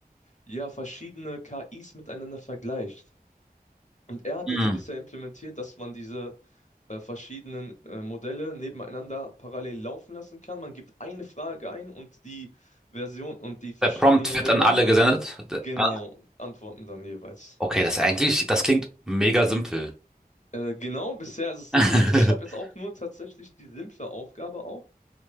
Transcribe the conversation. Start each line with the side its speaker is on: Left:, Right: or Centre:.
Left: ja verschiedene KIs miteinander vergleicht. Und er hat
Centre: Hm.
Left: jetzt bisher implementiert, dass man diese äh, verschiedenen äh, Modelle nebeneinander parallel laufen lassen kann. Man gibt eine Frage ein und die Version und die verschiedenen
Centre: Der Prompt
Left: Modelle
Centre: wird an alle gesendet. Der-
Left: genau
Centre: ah,
Left: antworten dann jeweils.
Centre: Okay, das ist eigentlich, das klingt mega simpel.
Left: Äh, genau, bisher ist es simpel
Centre: <laughs>
Left: und ich habe jetzt auch nur tatsächlich die simple Aufgabe auch,